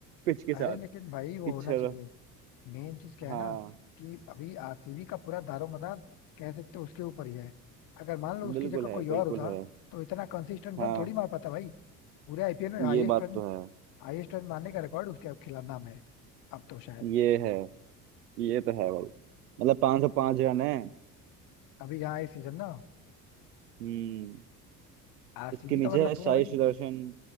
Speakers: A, on the right; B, on the left.
A: पिच के
B: अरे
A: साथ
B: लेकिन भाई वो
A: कि
B: होना
A: चलो
B: चाहिए मेन चीज क्या
A: हाँ
B: है ना कि अभी आरसीबी का पूरा दारोमदार कह सकते हो उसके ऊपर ही है अगर मान लो उसकी
A: बिल्कुल
B: जगह
A: है
B: कोई
A: बिल्कुल
B: और होता
A: है
B: तो इतना कंसिस्टेंट
A: हाँ
B: रन थोड़ी मार पाता भाई पूरे आईपीएल में हाईएस्ट
A: ये बात
B: रन
A: तो है
B: हाईएस्ट रन मारने का रिकॉर्ड उसके खिलाफ नाम है अब तो शायद
A: ये है ये तो है भाई मतलब पाँच सौ पाँच रन है
B: अभी यहाँ इस सीजन ना
A: हम्म
B: आरसीबी
A: इसके नीचे
B: का मतलब
A: है
B: पूरा
A: साई
B: भाई
A: सुदर्शन